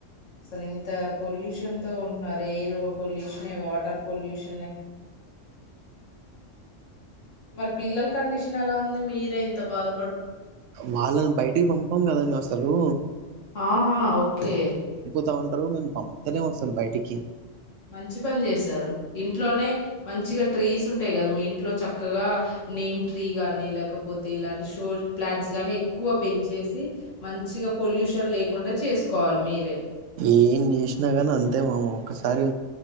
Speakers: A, on the left (about 85°); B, on the right (about 80°).
A: అసలు ఇంత పొల్యూషన్ తో ఉంటున్నారు ఎయిర్ పొల్యూషనే వాటర్ పొల్యూషనే మరి పిల్లల కండిషన్ ఎలా ఉ ది మీరే యింత బాగా
B: వాళ్ళని బయటికి పంపాం గదా వస్ అరు
A: ఆహా ఓకే
B: తా ఉంటరు మేము పంపుతలేము అసలు బయటికి
A: మంచి పని జేశారు ఇంట్లోనే మంచిగా ట్రీస్ ఉంటాయి కదా మీ ఇంట్లో చక్కగా నీ ట్రీ గాని లేకపోతే ఇలాంటి షోజ్ ప్లాన్స్ గానీ ఎక్కువ పెంచేసి మంచిగ పొల్యూషన్ లేకుండా చేసుకోవాలి మీరే
B: ఏం జేషినా గాని అంతే మామ ఒక్కసారి